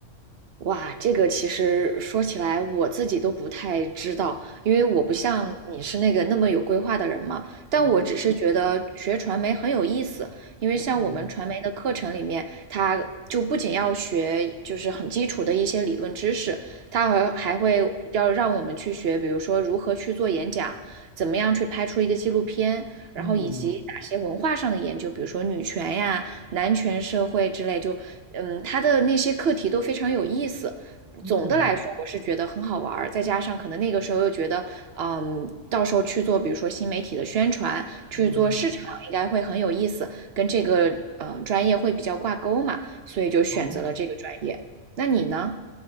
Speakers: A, on the right; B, on the right.
A: 哇，这个其实说起来我自己都不太知道，因为我不像你是那个那么有规划的人嘛。但我只是觉得学传媒很有意思，
B: 嗯
A: 因为像我们传媒的课程里面，
B: 嗯
A: 它就不仅要学就是很基础的一些理论知识，它还还会要让我们去学，比如说如何去做演讲，怎么样去拍出一个纪录片，然后以及哪些文化上的研究，
B: 嗯
A: 比如说女权呀。男权社会之类，就嗯，他的那些课题都非常有意思。
B: 嗯
A: 总的来说，我是觉得很好玩儿，再加上可能那个时候又觉得，嗯，到时候去做，比如说新媒体的宣传，去做市场，
B: 嗯，
A: 应该会很有意思，跟这个呃专业会比较挂钩嘛，所以就选择了这个专业。
B: 哦，
A: 那你呢？